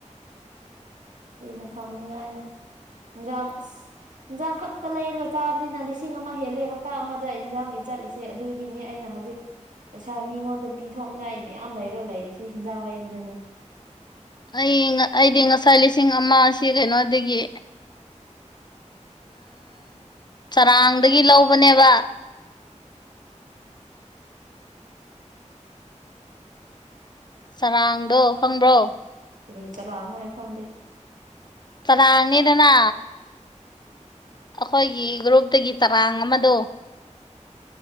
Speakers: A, on the right; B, on the left.
A: ꯀꯨꯏꯅ ꯊꯝꯅꯤꯡꯉꯥꯏꯅꯤ ꯏꯟꯖꯥꯡ ꯑꯁ ꯏꯟꯖꯥꯡ ꯈꯛꯇ ꯂꯩꯔꯒ ꯆꯥꯕꯅꯤꯅ ꯂꯤꯁꯤꯡ ꯑꯃ ꯍꯦꯜꯂꯦ ꯍꯞꯇꯥ ꯑꯃꯗ ꯏꯟꯖꯥꯡꯒꯤ ꯆꯠꯂꯤꯁꯤ ꯁꯦ ꯑꯗꯨꯒꯤꯅꯦ ꯑꯩꯅ ꯍꯧꯖꯤꯛ ꯄꯩꯁꯥ ꯃꯤꯉꯣꯟꯗ ꯄꯤꯊꯣꯛꯅꯤꯡꯉꯥꯏ ꯃꯌꯥꯝ ꯂꯩꯔꯒ ꯂꯩꯔꯤꯁꯤ ꯍꯤꯟꯖꯥꯡ ꯂꯩꯕꯗꯅꯤ
B: ꯑꯩ ꯑꯩꯗꯤ ꯉꯁꯥꯏ ꯂꯤꯁꯤꯡ ꯑꯃ ꯁꯤ ꯀꯩꯅꯣꯗꯒꯤ ꯆꯔꯥꯡꯗꯒꯤ ꯂꯧꯕꯅꯦꯕ ꯆꯔꯥꯡꯗꯣ ꯈꯪꯕ꯭ꯔꯣ
A: ꯀꯔꯤ ꯆꯥꯔꯅꯣ ꯑꯩ ꯈꯪꯗꯦ
B: ꯆꯔꯥꯡꯅꯤꯗꯅ ꯑꯩꯈꯣꯏꯒꯤ ꯒ꯭ꯔꯨꯞꯇꯒꯤ ꯆꯔꯥꯡ ꯑꯃꯗꯣ